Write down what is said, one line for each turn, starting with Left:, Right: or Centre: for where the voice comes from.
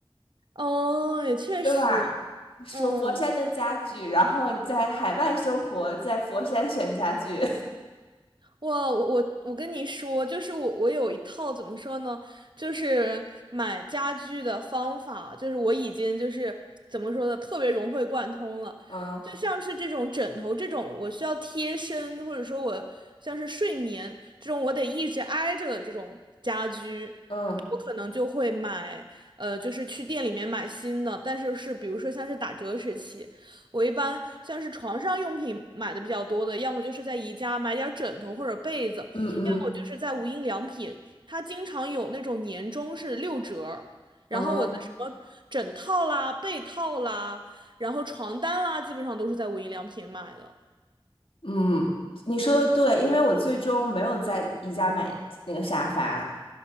Right: 哦，也确实，
Left: <laughs> 对吧？说佛山的家具，
Right: 嗯。
Left: 然后你在海外生活，在佛山选家具，
Right: 哇，我我我跟你说，就是我我有一套怎么说呢，就是买家具的方法，就是我已经就是怎么说呢，特别融会贯通了。
Left: <laughs> 嗯
Right: 就像是这种枕头这种，我需要贴身，或者说我像是睡眠这种，我得一直挨着的这种家居，
Left: 嗯
Right: 我可能就会买，呃，就是去店里面买新的，但是是比如说像是打折时期。我一般像是床上用品买的比较多的，要么就是在宜家买点儿枕头或者被子，
Left: 嗯嗯
Right: 要么就是在无印良品，它经常有那种年终是六折儿然后我的什么枕套啦、
Left: 嗯
Right: 被套啦，然后床单啦，基本上都是在无印良品买的。
Left: 嗯，你说的对，因为我最终没有在宜家买那个沙发，